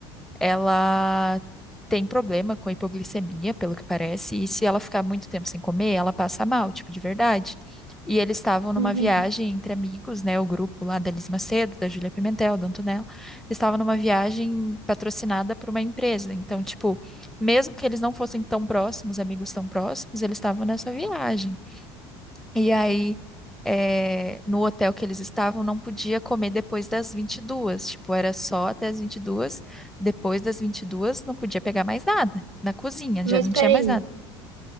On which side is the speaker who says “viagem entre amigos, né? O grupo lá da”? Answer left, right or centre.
Centre